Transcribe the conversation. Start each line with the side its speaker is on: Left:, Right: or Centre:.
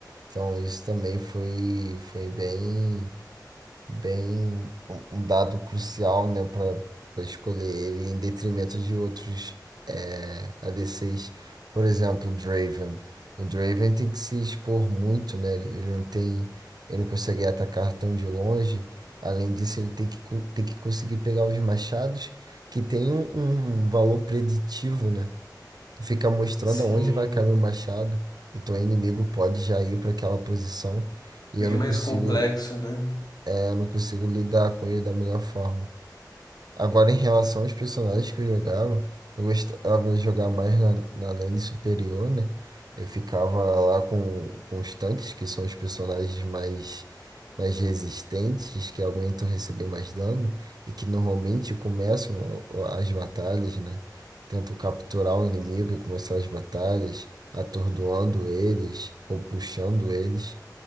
Right: Então, isso também foi, foi bem, bem um um dado crucial, né, para escolher ele em detrimento de outros é, ADCs. Por exemplo, o Draven. O Draven tem que se expor muito, né? Ele não tem, ele não consegue atacar tão de longe. Além disso, ele tem que, co- tem que conseguir pegar os machados, que tem um, um valor preditivo, né? fica mostrando
Left: Sim.
Right: aonde vai cair meu machado. Então o inimigo pode já ir para aquela posição
Left: Bem
Right: e eu não
Left: mais
Right: consigo,
Left: complexo, né?
Right: é, eu não consigo lidar com ele da melhor forma. Agora, em relação aos personagens que eu jogava, eu gostava de jogar mais na, na lane superior, né? Eu ficava lá com, com os tanques, que são os personagens mais, mais resistentes, que aguentam receber mais dano e que normalmente começam o- as batalhas, né? Tento capturar o inimigo e começar as batalhas, atordoando eles ou puxando eles.